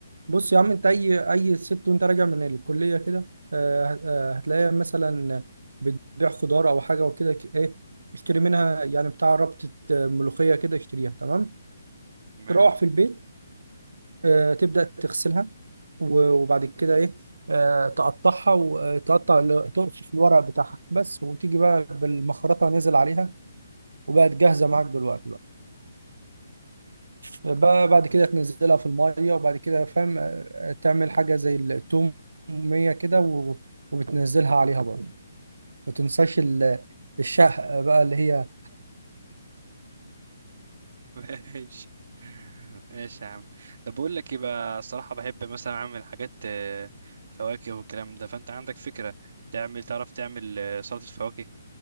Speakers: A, on the right; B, on the right.
A: بص يا عم انت اي اي ست وانت راجع من الكليه كده آه، آه، هتلاقيها مثلا بتبيع خضار او حاجه وكده ك- ايه اشتري منها يعني بتاع ربطه آه، ملوخيه كده اشتريها تمام
B: تمام
A: تروح في البيت آه، تبدا تغسلها و- وبعد كده ايه آه، تقطعها وتقطع تقطع الورق بتاعها بس وتيجي بقى بالمخرطه نازل عليها وبقت جاهزه معاك دلوقتي بقى بقى بعد كده تنزلها في الميه وبعد كده فاهم آه، تعمل حاجه زي التوميه كده و- وبتنزلها عليها برضه ما تنساش ال- الشهق بقى اللي هي
B: <laughs> ماشي ماشي يا عم طب بقول لك ايه بقى الصراحة بحب مثلا اعمل حاجات آه، فواكه والكلام ده فانت عندك فكرة تعمل تعرف تعمل آه، سلطة فواكه